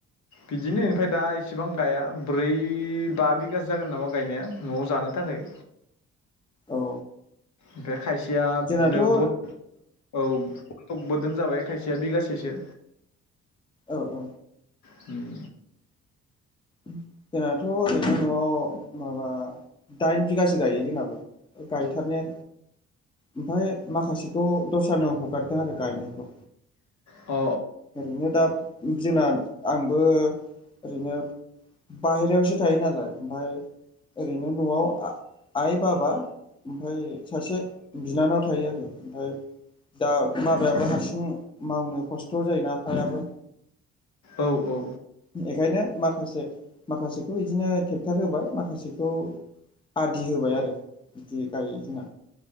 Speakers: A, on the left; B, on the left.
A: बिदिनो इनिफाय दा इसेबां गाया ब्रै बा बिगासो जागोन नामा गायनाया न'आव जानो थाखाय।
B: औ
A: इनिफाय खायसेया
B: जोंनाथ'
A: बिदिनो
B: औ
A: बद औ। दोन जाबाय खायसेया बिगासेसो।
B: औ औ।
A: होम
B: उम जोंनाथ' ओरैनो न'आव माबा दाइन बिगासो गायो जोंनाबो गायथारनाया। ओमफाय माखासेखौ दस्रानो हगारदों आरो गायनायखौ।
A: अ
B: ओरैनो दा जोंना आंबो ओरैनो बाहेरायावसो थायो नालाय ओमफाय ओरैनो न'आव आ आइ बाबा ओमफाय सासे बिनानाव थायो आरो ओमफाय दा बाबायाबो हारसिं मावनो खस्थ' जायोना आफायाबो
A: औ औ।
B: बेखायनो माखासे माखासेखौ इदिनो टेक्टार होबाय माखासेखौ आदि होबाय आरो बिदि गायो जोंना।